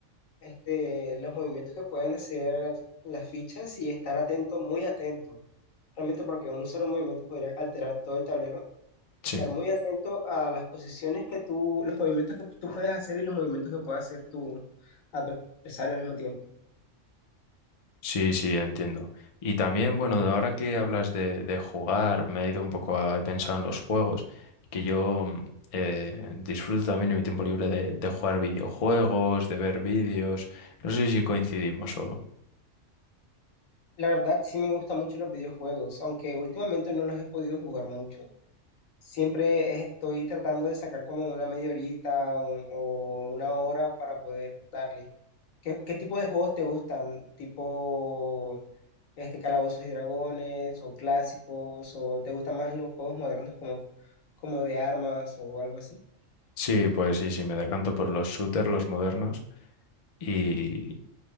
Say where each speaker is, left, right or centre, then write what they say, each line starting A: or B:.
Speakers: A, on the left; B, on the left.
A: este, los movimientos que pueden hacer las fichas y estar atento, muy atento. Realmente porque un solo movimiento podría alterar todo el tablero estar
B: Sí,
A: muy atento a las posiciones que tú, los movimientos que tú puedes hacer y los movimientos que puede hacer tu adversario al mismo tiempo.
B: sí, sí, entiendo. Y también, bueno, ahora que hablas de, de jugar, me he ido un poco a, he pensado en los juegos, que yo mm, eh, disfruto también en mi tiempo libre de, de jugar videojuegos, de ver vídeos. No sé si coincidimos o...
A: La verdad, sí me gustan mucho los videojuegos, aunque últimamente no los he podido jugar mucho. Siempre es- estoy tratando de sacar como una media horita o, o una hora para poder darle. ¿Qué, qué tipo de juegos te gustan? ¿Tipo este, Calabozos y Dragones o clásicos? ¿O te gustan más los juegos modernos como, como de armas o algo así?
B: Sí, pues sí, sí, me decanto por los shooters, los modernos y,